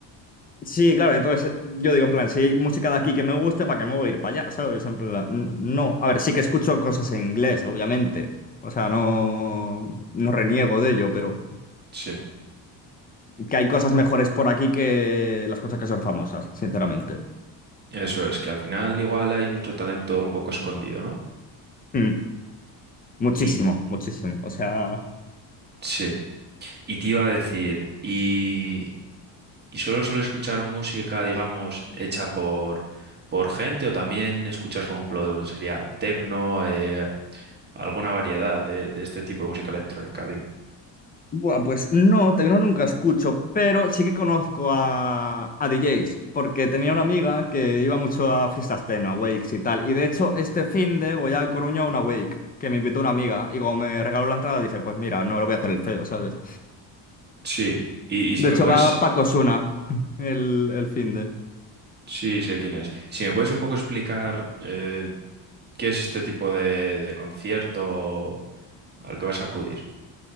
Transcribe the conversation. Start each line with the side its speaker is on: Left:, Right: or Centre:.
Left: Sí, claro, entonces yo digo, en plan, si hay música de aquí que me guste, ¿para qué me voy a ir para allá? ¿Sabes? En plan, n- no. A ver, sí que escucho cosas en inglés, obviamente. O sea, no, no reniego de ello, pero
Right: Sí,
Left: que hay cosas mejores por aquí que las cosas que son famosas, sinceramente.
Right: eso es, que al final igual hay mucho talento un poco escondido, ¿no?
Left: Mm, muchísimo,
Right: Y
Left: muchísimo. O sea.
Right: sí, y te iba a decir, y Y solo suelo escuchar música, digamos, hecha por, por gente o también escuchas, por ejemplo, sería techno, eh, alguna variedad de, de este tipo de música electrónica, dime.
Left: Buah, pues no, tecno nunca escucho, pero sí que conozco a, a DJs, porque tenía una amiga que iba mucho a fiestas techno, a wakes y tal. Y de hecho, este finde voy a Coruña a una wake, que me invitó una amiga. Y como me regaló la entrada, dije, pues mira, no le voy a hacer el feo, ¿sabes?
Right: Sí, y, y si
Left: De
Right: me
Left: hecho,
Right: puedes,
Left: va Paco Suna <laughs> el, el finde.
Right: sí, sé quién es. Si me puedes un poco explicar eh, qué es este tipo de, de concierto al que vas a acudir.